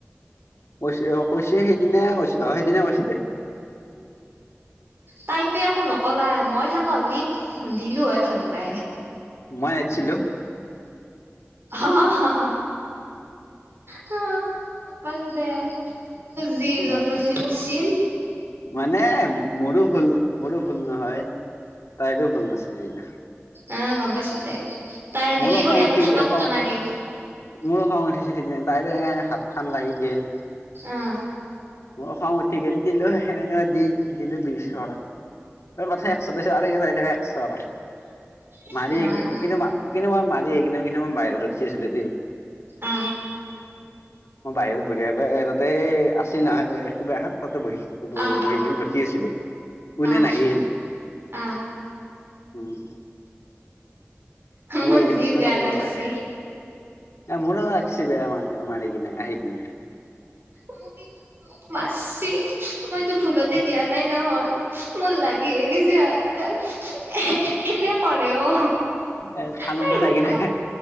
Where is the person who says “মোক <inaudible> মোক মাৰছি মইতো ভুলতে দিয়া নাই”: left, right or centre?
Right